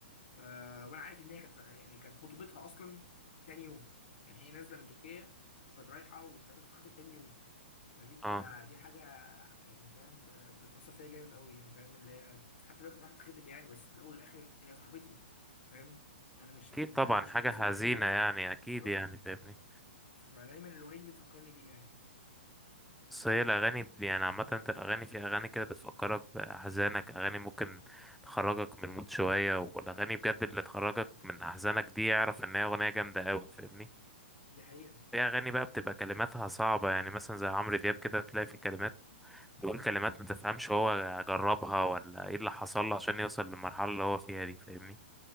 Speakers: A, on the left; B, in the centre.
A: ف... وانا عارف ان هي كانت يعني كانت خطوبتها اصلا تاني يوم يعني هي نازله من تركيا وكانت رايحه وكانت هتتخطب تاني يوم فدي بتبقى
B: اه
A: دي حاجه يعني فاهم ب- بتاثر فيا جامد قوي يعني فاهم اللي هي حتى لو كانت رايحه تتخطب يعني بس في الاول والاخر هي صاحبتي فاهم انا مش
B: اكيد
A: انا
B: طبعا
A: مش
B: حاجة
A: من الناس
B: حزينة
A: اللي هي ب...
B: يعني اكيد
A: بالظبط
B: يعني فاهمني
A: فدايما الاغنيه دي بتفكرني بيها يعني
B: بس هي الأغاني ب- يعني عامة انت الأغاني في أغاني كده بتفكرك بأحزانك أغاني ممكن تخرجك من المود شوية والأغاني بجد اللي تخرجك من أحزانك دي يعرف إن هي أغنية جامدة أوي فاهمني
A: دي حقيقه
B: في أغاني بقى بتبقى كلماتها صعبة يعني مثلا زي عمرو دياب كده تلاقي في كلمات بيقول كلمات ما تفهمش هو جربها ولا ايه اللي حصل له عشان يوصل للمرحلة اللي هو فيها دي فاهمني